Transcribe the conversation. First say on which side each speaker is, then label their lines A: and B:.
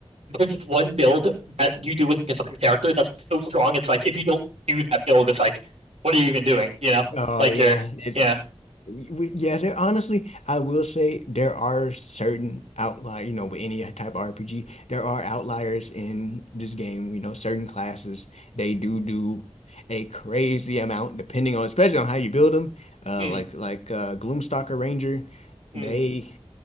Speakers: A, on the right; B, on the left.
A: there's just one build that you do with a certain character that's so strong it's like if you don't do that build it's like what are you even doing you know
B: Oh
A: like
B: yeah,
A: you're
B: it's
A: yeah
B: we, we- yeah. There honestly, I will say there are certain outlier. You know, with any type of RPG, there are outliers in this game. You know, certain classes they do do a crazy amount, depending on especially on how you build them. Uh,
A: mm,
B: like like uh, Gloomstalker Ranger,
A: mm.
B: they